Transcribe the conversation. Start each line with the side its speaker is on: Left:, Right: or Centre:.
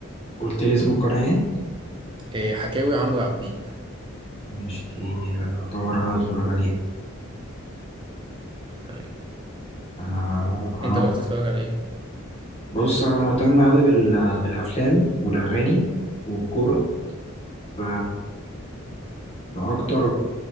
Left: قلت لي اسم القناه ايه
Right: إيه، حكاوي عمرو عابدين
Left: ماشي دي ادور عليها اتفرج عليها
Right: تمام
Left: انا انا
Right: انت بقى بتتفرج على ايه
Left: بص انا مهتم قوي بال... بالافلام والاغاني والكوره ف فاكتر